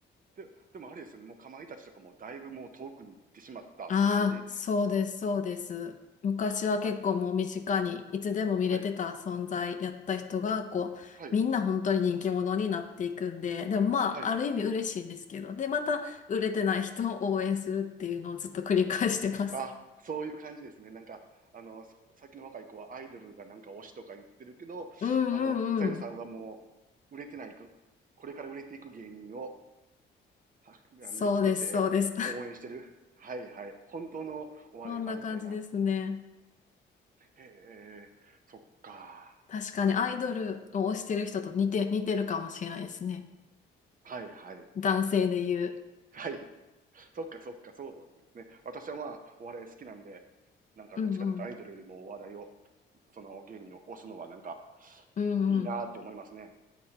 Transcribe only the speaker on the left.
ああ、そうです、そうです。昔は結構もう身近にいつでも見れてた存在やった人が、
こう、
みんな本当に人気者になっていくんで、でもまあ、
ある意味嬉しいんですけど、で、また売れてない人を応援するっていうのをずっと繰り返してます。
<laughs> うんうんうん。
そうです、
そうです。
<laughs> そんな感じですね。
確かにアイドルを推してる人と似て、
似てるかもしれないですね。
男性で言う。
うんうん。
うんうん。